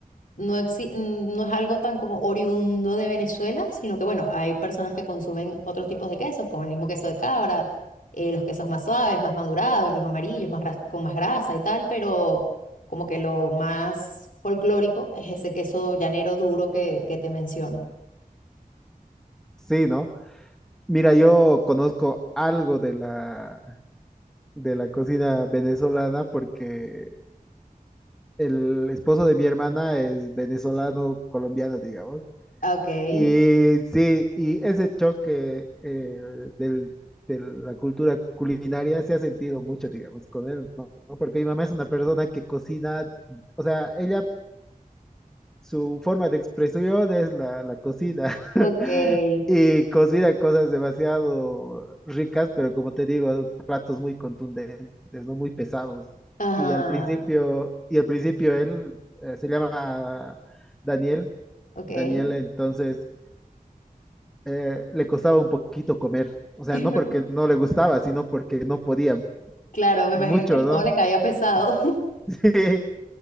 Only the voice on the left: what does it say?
no, exi- mm, no es algo tan como oriundo de Venezuela, sino que bueno, hay personas que consumen otros tipos de quesos, como el mismo queso de cabra, eh, los quesos más suaves, más madurados, los amarillos, más gras- con más grasa y tal, pero como que lo más folclórico es ese queso llanero duro que, que te menciono.
Okay,
okay,
ajá,
okay.
<laughs>
Claro, me
imagino que el
todo le caía
pesado.